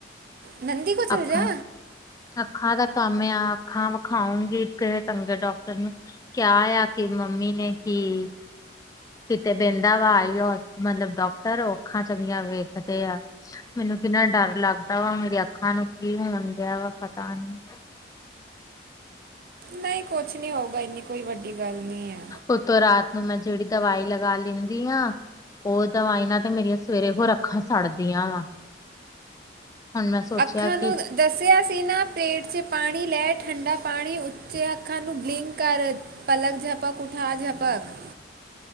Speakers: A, on the right; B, on the left.
A: ਨੰਦੀ ਕੋਲ ਚਲ
B: ਅੱਖਾਂ
A: ਜਾ।
B: ਅੱਖਾਂ ਦਾ ਕੰਮ ਆ, ਅੱਖਾਂ ਵਿਖਾਉਗੀ ਕਿਸੇ ਚੰਗੇ ਡਾਕਟਰ ਨੂੰ। ਕਿਆ ਆ ਕਿ ਮੰਮੀ ਨੇ ਕੀ ਕਿਤੇ ਬਹਿੰਦਾ ਵਾ ਆਈ ਮਤਲਬ ਡਾਕਟਰ ਔਖਾਂ ਚੰਗੀਆਂ ਵੇਖਦੇ ਆ। ਮੈਨੂੰ ਕਿੰਨਾ ਡਰ ਲੱਗਦਾ ਵਾ ਮੇਰੀ ਅੱਖਾਂ ਨੂੰ ਕੀ ਹੋਣ ਡਿਆ ਵਾ ਪਤਾ ਨੀ।
A: ਨਹੀਂ ਕੁਛ ਨਹੀਂ ਹੋਊਗਾ ਇੰਨੀ ਕੋਈ ਵੱਡੀ ਗੱਲ ਨਹੀਂ ਹੈ।
B: ਉਤੋਂ ਰਾਤ ਨੂੰ ਮੈਂ ਜਿਹੜੀ ਦਵਾਈ ਲਗਾ ਲੈਂਦੀ ਹਾਂ ਉਹ ਦਵਾਈ ਨਾ ਤੇ ਮੇਰੀਆਂ ਸਵੇਰੇ ਹੋਰ ਅੱਖਾਂ ਸੜਦੀਆਂ ਵਾ। ਹੁਣ ਮੈਂ ਸੋਚਿਆ
A: ਅੱਖਾਂ
B: ਕਿ
A: ਨੂੰ ਦੱਸਿਆ ਸੀਨਾਂ ਪਲੇਟ 'ਚ ਪਾਣੀ ਲੈ ਠੰਡਾ ਪਾਣੀ ਉੱਥੇ ਅੱਖਾਂ ਨੂੰ ਬਲਿੰਕ ਕਰ। ਪਲਕ ਝਪਕ ਉਠਾ ਝਪਕ।